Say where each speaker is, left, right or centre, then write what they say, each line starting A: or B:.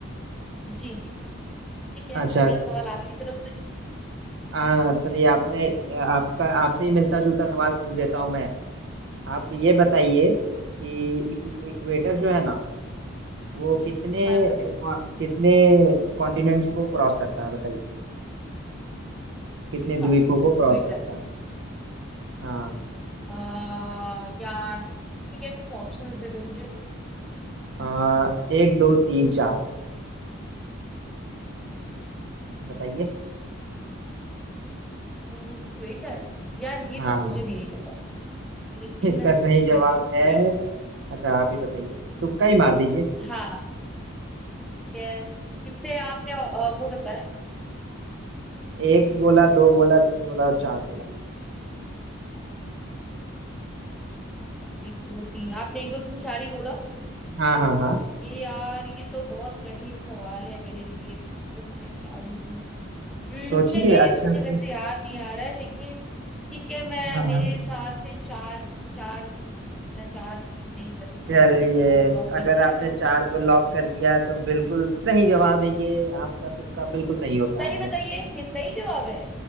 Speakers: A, in the centre; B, on the right.
A: जी जी जी जी ठीक है
B: अच्छा
A: अगला सवाल आपकी तरफ से
B: आ, चलिए आपने आपका आपसे ही मिलता जुलता सवाल पूछ देता हूँ मैं आप ये बताइए कि इक्वेटर जो है ना वो कितने
A: हाँ हाँ
B: कितने कॉन्टिनेंट्स को क्रॉस करता है बताइए
A: अच्छा,
B: कितने द्वीपों को
A: ट्विटर
B: क्रॉस करता है हाँ
A: आ, यार ठीक है कुछ ऑप्शंस दे दो मुझे
B: आ, एक दो तीन चार बताइए
A: इक्वेटर यार ये
B: हाँ
A: तो मुझे भी नहीं पता लेकिन
B: इसका
A: मैं सोचती
B: सही जवाब
A: हूँ equator।
B: है अच्छा आप ही बताइए तुक्का ही मार दीजिए
A: हाँ ठीक है कितने आपने अ, वो बताया
B: एक बोला दो बोला तीन बोला और चार बोला
A: एक दो तीन आपने एक दो तीन चार ही बोला
B: हाँ हाँ हाँ
A: ये यार ये तो बहुत कठिन सवाल है मेरे लिए इसको मैं क्या बोलूं हम्म
B: सोचिए
A: चलिए
B: अच्छा
A: मुझे वैसे
B: से
A: याद नहीं आ रहा है लेकिन ठीक है मैं
B: हाँ
A: मेरे
B: हाँ
A: हिसाब से चार चार अपना चार मेरी तरफ से
B: चलिए
A: वो लॉक कर
B: अगर
A: दिया
B: आपने
A: जाए
B: चार को लॉक कर दिया तो बिल्कुल सही जवाब है ये आपका तुक्का बिल्कुल सही होता
A: सही बताइए
B: है
A: ये सही जवाब है